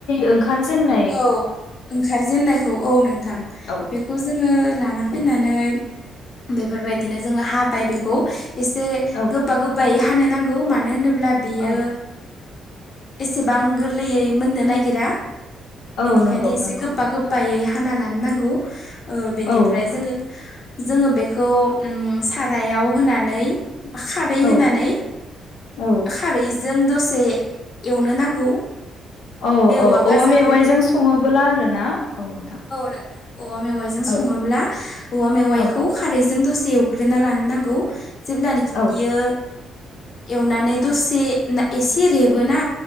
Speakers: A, on the left; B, on the left.
A: ओंखार जेननाय
B: औ ओंखारजेेननायखौ औ नोंथां
A: औ
B: बेखौ जोङो लाना फैनानै बेफोरबायदिनो जोङो हाबाय बेखौ एसे
A: औ
B: गोबा गोबायै हानो नांगौ मानो होनोब्ला बियो
A: औ
B: एसेबां गोरलैयै मोननो नागिरा
A: औ
B: बेनिखायनो
A: नंगौ
B: एसे
A: नंगौ
B: गोबा गोबायै हाना लानो नांगौ बेनिफ्राय
A: औ नोंथां
B: जोङो जोङो बेखौ सारायाव होनानै खारै होनानै
A: औ औ
B: खारैजों दसे एवनो नांगौ
A: औ
B: बे
A: औ
B: गाजाखौ
A: औवा मेवाइजों सङोबोला आरो ना औ नोंथां
B: नोंथां औवा मेवाइजों सङोब्ला
A: औ
B: औवा मेवाइखौ
A: औ
B: खारैजों दसे एवग्रोना लानो नांगौ जेब्लानाखि
A: औ
B: बियो एवनानै दसे एसे रेबोना